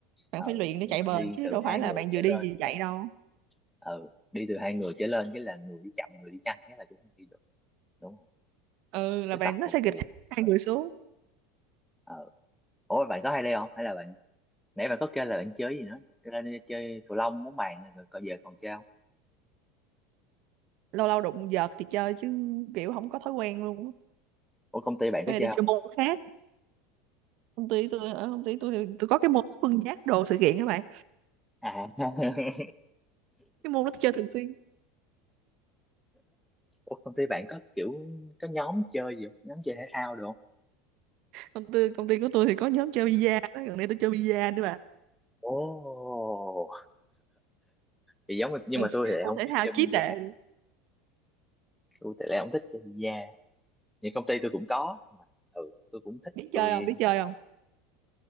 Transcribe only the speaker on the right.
bạn
phải luyện để
chạy
bền
chứ
đâu phải
là
bạn
vừa đi
vừa chạy
đâu
ừ là
bạn
nó
sẽ
gịch
hai người xuống
lâu lâu đụng vợt thì chơi chứ kiểu không có thói quen luôn á.
cái này
tôi
chơi môn khác công ty tôi ở công ty tôi thì tôi có cái môn phân giác đồ sự kiện các bạn
cái môn đó tôi chơi thường xuyên
công ty công ty của tôi thì có nhóm chơi bida đó gần đây tôi chơi bida nữa bạn
ừ.
môn
thể
thao
chí tệ
biết
chơi không biết chơi không